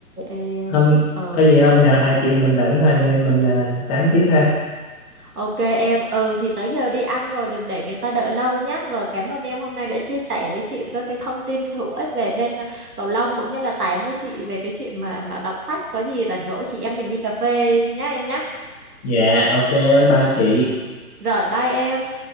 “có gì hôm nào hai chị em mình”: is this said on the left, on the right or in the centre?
Left